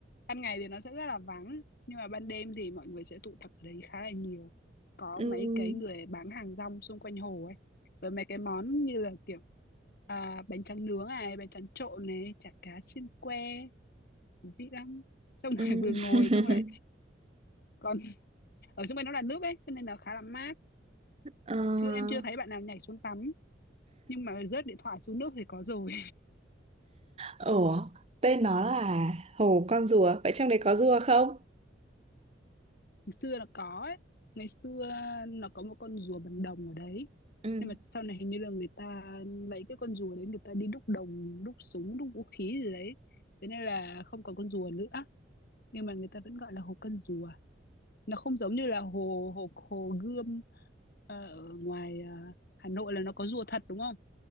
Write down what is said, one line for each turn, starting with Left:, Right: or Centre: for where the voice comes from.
Left: ban ngày thì nó sẽ rất là vắng nhưng mà ban đêm thì mọi người sẽ tụ tập ở đấy khá là nhiều có
Right: ừm,
Left: mấy cái người bán hàng rong xung quanh hồ ấy với mấy cái món như là kiểu à, bánh tráng nướng này bánh tráng trộn này chả cá xiên que thú vị lắm xong
Right: ừm.
Left: rồi vừa ngồi
Right: <laughs>
Left: xong rồi còn ở xung quanh nó là nước ấy cho nên là khá là mát
Right: Ờ,
Left: chứ em chưa thấy bạn nào nhảy xuống tắm nhưng mà rớt điện thoại xuống nước thì có rồi
Right: ủa tên nó là Hồ Con Rùa vậy trong đấy có rùa không?
Left: ngày xưa nó có ấy ngày xưa nó có một con rùa bằng đồng ở đấy
Right: ừ
Left: nhưng mà sau này hình như là người ta lấy cái con rùa đấy người ta đi đúc đồng đúc súng đúc vũ khí gì đấy thế nên là không còn con rùa nữa nhưng mà người ta vẫn gọi là hồ con rùa nó không giống như là hồ hồ hồ Gươm ờ, ở ngoài ờ, Hà Nội là nó có rùa thật đúng không